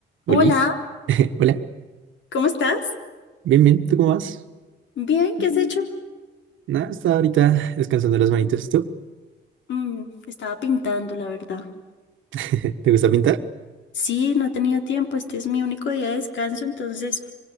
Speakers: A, on the right; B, on the left.
A: Olis,
B: Hola,
A: <laughs> hola,
B: ¿cómo estás?
A: bien, bien, ¿tú cómo vas?
B: Bien, ¿qué has hecho?
A: Nada, estaba ahorita descansando las manitas, ¿tú?
B: Bien. Mm, estaba pintando, la verdad.
A: <laughs> ¿Te gusta pintar?
B: Sí, no tenía tiempo, este es mi único día de descanso, entonces